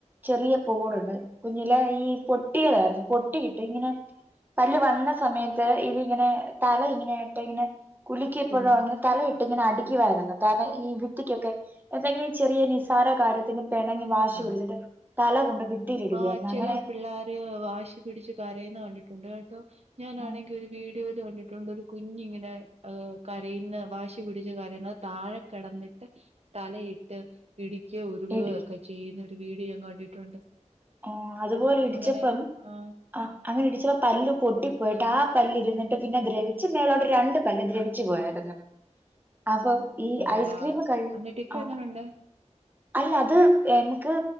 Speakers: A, on the right; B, on the right.
A: ചെറിയ പോടുണ്ട് കുഞ്ഞിലെ ഈ പൊട്ടിയതായിരുന്നു പൊട്ടിയിട്ട് ഇങ്ങനെ പല്ല് വന്ന സമയത്ത് ഇതിങ്ങനെ തല ഇങ്ങനെ യിട്ട് ഇങ്ങനെ കുലുിക്കിയപ്പോഴോ
B: കുഞ്ഞ്
A: <unintelligible> തലയിട്ട് ങ്ങനെ അടിക്കുവായിരുന്നു തല ഈ ഭിത്തിക്കൊക്കെ എന്തെങ്കിലും ചെറിയ നിസാര കാര്യത്തിന് പെണങ്ങി വാശി
B: ആ
A: പിടിച്ചിട്ട് തല കൊണ്ട് ബിത്തിയിലിടി
B: ആ
A: ക്കായിരുന്നു
B: ചില
A: അങ്ങനെ
B: പിള്ളേര് വാശി പിടിച്ച് കരയുന്നെ കണ്ടിട്ടുണ്ട് കേട്ടോ ഞാനാണെങ്കിൽ
A: ഉം
B: ഒര് വീ ഡിയോല് കണ്ടിട്ട്ണ്ട് ഒരു കുഞ്ഞിങ്ങനെ ഏഹ് കരയുന്നെ വാശി പിടിച്ച് കരയുന്നെ അത് താഴെ കടന്നിട്ട് തലയിട്ട് ഇടികിയാ ഉരുളുക
A: ഇടിക്കും
B: ഒക്കെ ചെയ്യുന്ന ഒരു വിഡിയോ ഞാൻ കണ്ടിട്ടുണ്ട്
A: ആഹ് അതുപോലെ ഇടിച്ചപ്പം
B: അങ്ങനെ ആ
A: ആഹ് അങ്ങനെ ഇടിച്ചപ്പോ പല്ല് പൊട്ടി പ്പോയിട്ട് ആഹ് പല്ല് ഇരുന്നിട്ട് പിന്നെ ദ്രവിച്ച് മേലോട്ട് രണ്ട് പല്ല് ദ്രവിച്ചു പോയരുന്നു അപ്പൊ ഈ
B: അയ്യോടാ
A: ഐസ്ക്രീം കഴി
B: എന്നിട്ട് ഇപ്പ
A: ആഹ്
B: എങ്ങനുണ്ട്
A: അല്ല അത് എൻക്ക്